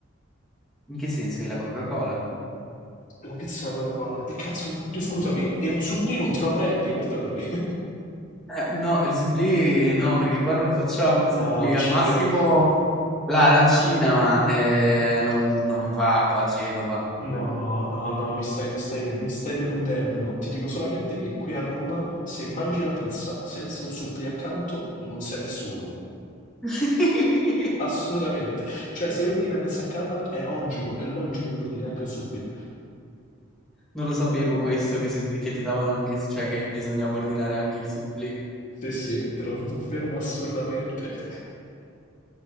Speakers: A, in the centre; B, on the left.
A: In che senso è la Coca-Cola?
B: la pizza alla Coca-Cola. E cazzo, scusami, e un supplì non te lo prendi, perdonami. <laughs>
A: Eh, no, il supplì no, perché qua non lo facciamo il
B: No,
A: supplì,
B: non
A: al
B: ci
A: massimo
B: credo.
A: l'arancina, ma eh, non, non va qua a Genova. Mm.
B: No, no, no, mi stai, mi stai, mi stai deludendo. Ti dico solamente che qui a Roma, se mangi la pizza senza un suppli accanto, non sei nessuno.
A: <laughs>
B: Assolutamente. Cioè, se ordini la pizza a casa, è logico, è logico che ordini anche il supplì.
A: Non lo sapevo questo, che, se ti, che ti davano anche, cioè che bisognava ordinare anche il supplì.
B: Sì, sì, te lo confermo assolutamente. <laughs>